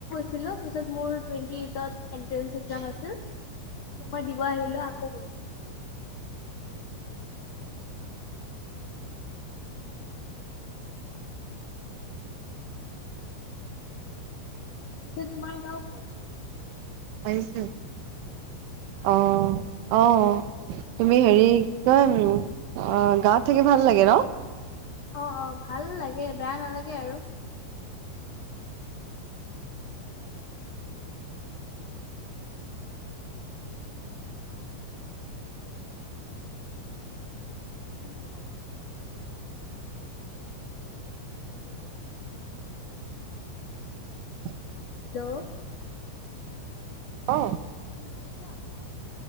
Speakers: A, on the left; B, on the right.
A: <unintelligible> <unintelligible> দিব আহিল আকৌ কৈছো তাৰপিছত পিছে তোমাৰ গাঁও ক'ত?
B: পাৰিছে।
A: হা
B: অহ
A: হা
B: অ, অ তুমি হেৰি, কি কয় উম অ' গাঁওত থাকি ভাল লাগে ন?
A: অ, অ ভাল লাগে, বেয়া নালাগে আৰু। শুনিছা হেল্ল'! হেল্ল'!
B: <inaudible>
A: হেল্ল'!
B: অ
A: শুনা পাইছা?